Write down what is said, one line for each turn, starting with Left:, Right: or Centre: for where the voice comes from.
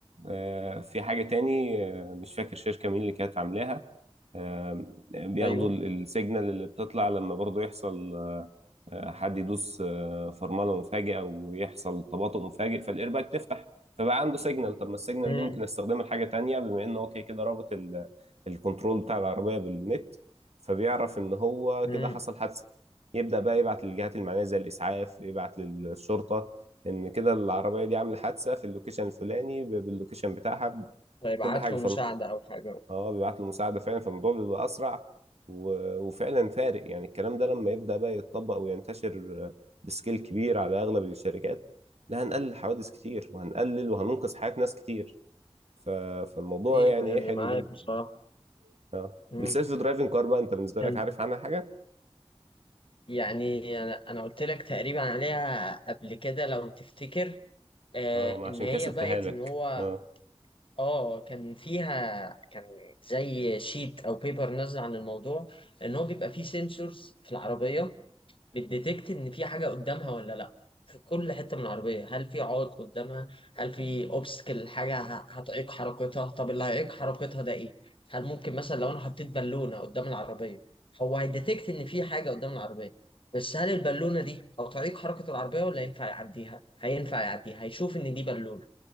Right: آه، في حاجة تاني آه، مش فاكر شركة مين اللي كانت عاملاها آه، بياخدوا
Left: ايوه
Right: ال- السيجنال اللي بتطلع لما برضو يحصل آه، حد يدوس آه، فرمله مفاجئه ويحصل تباطؤ مفاجئ فالايرباك تفتح فبقى عنده سيجنال طب ما السيجنال
Left: مم،
Right: دي ممكن استخدمها لحاجه تانية بما ان هو كده كده رابط ال- الكنترول بتاع العربيه بالنت فبيعرف ان هو
Left: مم.
Right: كده حصل حادثه يبدا بقى يبعت للجهات المعنيه زي الاسعاف يبعت للشرطه ان كده العربيه دي عامله حادثه في اللوكيشن الفلاني ب- باللوكيشن بتاعها ب-
Left: فيبعت
Right: بكل حاجه
Left: له مساعدة او حاجة
Right: اه بيبعت له مساعدة فعلا فالموضوع بيبقى أسرع و... وفعلا فارق يعني الكلام ده لما يبدأ بقى يتطبق وينتشر آه، بسكيل كبير على أغلب الشركات لا هنقلل حوادث كتير وهنقلل وهننقذ حياة ناس كتير ف... فالموضوع
Left: ايه
Right: يعني
Left: يعني
Right: ايه حلو
Left: معاك
Right: جدا
Left: بصراحة
Right: اه
Left: مم.
Right: السيلف درايفنج كار بقى انت بالنسبة
Left: كان
Right: لك عارف عنها حاجة؟
Left: يعني انا أنا قلت لك تقريبا عليها قبل كده لو تفتكر آه
Right: اه ما
Left: ان
Right: عشان
Left: هي
Right: كده سبتها
Left: بقت
Right: لك
Left: ان هو
Right: اه
Left: اه كان فيها كان زي شيت او بيبر نازل عن الموضوع ان هو بيبقى فيه سنسورز في العربيه بتديتكت ان في حاجه قدامها ولا لا في كل حته من العربيه هل في عائق قدامها هل في اوبستكل حاجه ه- هتعيق حركتها طب اللي هيعيق حركتها ده ايه هل ممكن مثلا لو انا حطيت بالونه قدام العربيه هو هيديتكت ان في حاجه قدام العربيه بس هل البالونه دي هتعيق حركه العربيه ولا ينفع يعديها هينفع يعديها هيشوف ان دي بالونه